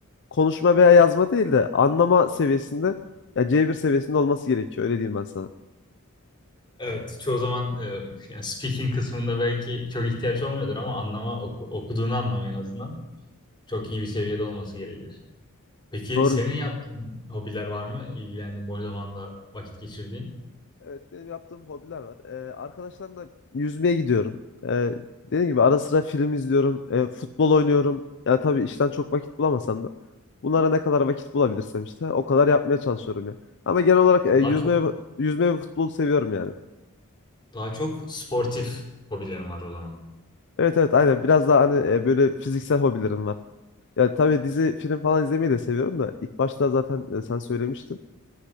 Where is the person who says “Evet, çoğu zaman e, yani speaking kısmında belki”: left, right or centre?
Left